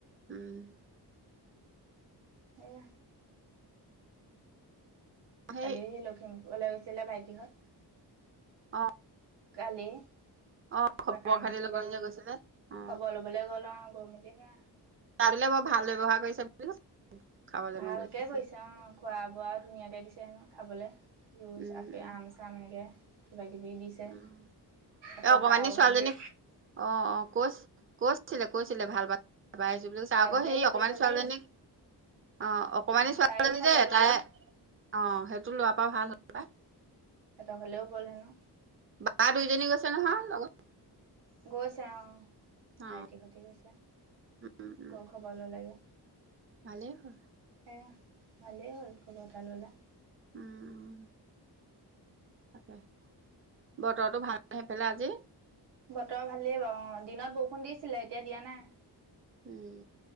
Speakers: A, on the right; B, on the right.
A: উম
B: সেয়া
A: সেই
B: কালি লখিমপুৰলৈ গৈছিলে ভাইটিহত
A: অ
B: কালি কিবা
A: অ খবৰ
B: কাম
A: খাতি
B: আছিলে
A: ল'বলৈ
B: অ
A: যে গৈছিলে অ
B: খবৰ ল'বলৈ গ'ল আৰু গৈ মেলিহে
A: তাৰ বোলে বৰ ভাল ব্যৱহাৰ কৰিছে বুলি কৈছে খাবলৈ
B: ভালকে
A: মেলি দিছে
B: কৰিছে অ খোৱা বোৱা ধুনীয়াকে দিছে হেনো খাবলে লৈ
A: উম উম
B: আপেল আম চাম এনেকে কিবাকিবি দিছে
A: উম
B: আকৌ
A: এই অকমানি
B: পাও
A: ছোৱালীজনীক
B: ভাজি
A: অ অ কছ কৈছিলে কৈছিলে
B: উম
A: ভাল পাই াবাই আহিছো বুলি কৈ চা
B: ভালকে
A: আকৌ সেই
B: হেৰি
A: অকমান
B: কৰিছে
A: ছোৱালীজনীক
B: বুলি কৈছে
A: <unintelligible> অ অকমানি
B: অ
A: ছোৱালীজনী
B: তাইও খবৰ
A: যে
B: ললে
A: তাই অ সেইটো লোৱাৰ পৰা ভাল হ'ল বা।
B: হেতঁৰ ঘৰলৈ গ'ল হেনোঁ।
A: বা দুইজনী গৈছে নহয় লগত।
B: গৈছে অ',
A: অ
B: ভাইটি সৈতে গৈছে,
A: উম উম
B: গৈ খবৰ ললেগে।
A: ভালেই হ'ল।
B: এয়া, ভালেই হ'ল খবৰ এটা ল'লা।
A: উম তাকে, বতৰটো ভাল নে সেইফালে আজি?
B: বতৰ ভালেই বাৰু অ', দিনত বৰষুণ দিছিলে এতিয়া দিয়া নাই।
A: উম,